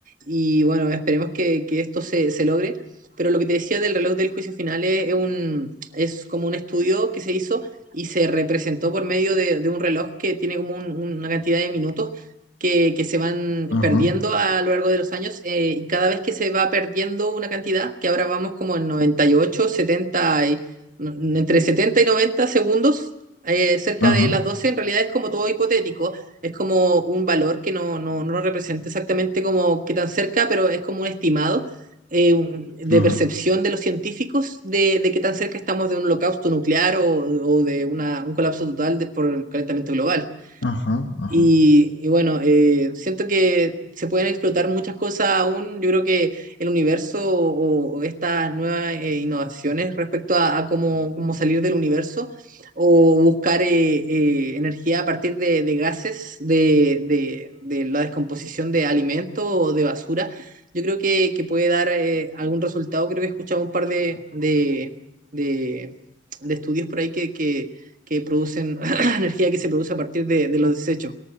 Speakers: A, on the right; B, on the left.
A: y bueno, esperemos que, que esto se, se logre, pero lo que te decía del reloj del juicio final es, es un, es como un estudio que se hizo y se representó por medio de, de un reloj que tiene como un- una cantidad de minutos que, que se van
B: Ajá,
A: perdiendo a lo largo de los años eh, y cada vez que se va perdiendo una cantidad, que ahora vamos como en 98, 70, y- n- entre 70 y 90 segundos, eh, cerca
B: ajá,
A: de las 12 en realidad es como todo hipotético, es como un valor que no, no, no lo representa exactamente como qué tan cerca, pero es como un estimado. eh, un- de
B: ajá,
A: percepción de los científicos de, de qué tan cerca estamos de un holocausto nuclear o, o de una- un colapso total de- por el calentamiento global.
B: ajá, ajá.
A: Y, y bueno, eh, siento que se pueden explotar muchas cosas aún. Yo creo que el universo o, o estas nuevas eh, innovaciones respecto a, a cómo, cómo salir del universo o buscar eh, eh, energía a partir de, de gases, de, de- de la descomposición de alimentos o de basura, yo creo que, que puede dar eh, algún resultado. Creo que he escuchado un par de, de, de- de estudios por ahí que, que, que producen <clears throat> energía que se produce a partir de de los desechos.